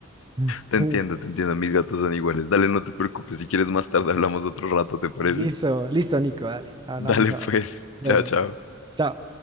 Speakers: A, on the right (about 20°); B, on the left (about 75°).
A: <laughs>
B: Te entiendo, te entiendo. Mis gatos son iguales. Dale, no te preocupes. Si quieres más tarde hablamos otro rato, ¿te parece?
A: Listo, listo, Nico, dale, hablamos
B: Dale,
A: ahora.
B: pues.
A: Bueno,
B: Chao, chao.
A: chao.